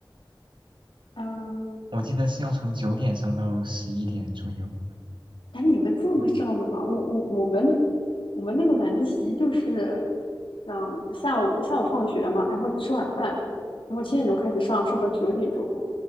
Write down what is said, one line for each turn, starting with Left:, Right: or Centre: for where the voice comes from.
Left: 嗯、
Right: 我记得是要从九点上到十一点左右。
Left: 哎，你们这么上的吗？
Right: 嗯
Left: 我我我们我们那个晚自习就是让下午下午放学嘛，然后吃晚饭，然后七点钟开始上，上到九点钟，